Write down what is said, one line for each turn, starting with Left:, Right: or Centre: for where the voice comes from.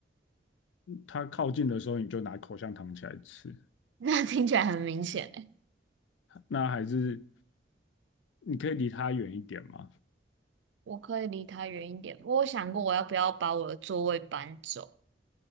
Left: 他靠近的时候，你就拿口香糖起来吃，
Right: <laughs> 那听起来很明显诶。
Left: 那还是你可以离他远一点吗？
Right: 我可以离他远一点，我有想过我要不要把我的座位搬走，